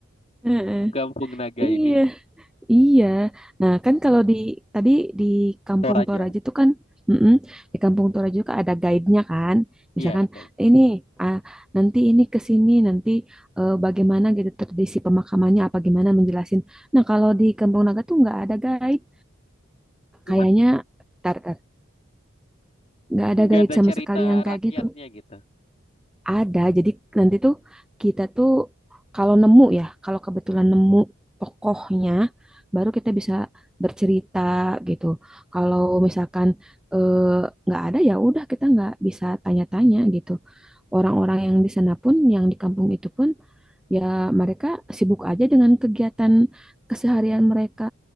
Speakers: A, in the centre; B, on the left.
A: Heeh.
B: Kampung Naga
A: iya
B: ini.
A: iya nah kan kalau di tadi di Kampung
B: Toraja.
A: Toraja itu kan mm-mm, di Kampung Toraja juga ada guide-nya kan
B: Iya
A: misalkan
B: betul.
A: ini ah, nanti ini ke sini nanti eh, bagaimana gitu tradisi pemakamannya apa gimana menjelasin nah kalau di Kampung Naga tuh nggak ada guide
B: What?
A: Kayaknya tar tar nggak ada
B: Nggak
A: guide
B: ada
A: sama
B: cerita
A: sekali yang kayak
B: rakyatnya
A: gitu.
B: gitu.
A: Ada. Jadi nanti tuh kita tuh kalau nemu ya, kalau kebetulan nemu tokohnya, baru kita bisa bercerita gitu. Kalau misalkan eh, nggak ada ya udah kita nggak bisa tanya-tanya gitu. Orang-orang yang di sana pun, yang di kampung itu pun, ya mereka sibuk aja dengan kegiatan keseharian mereka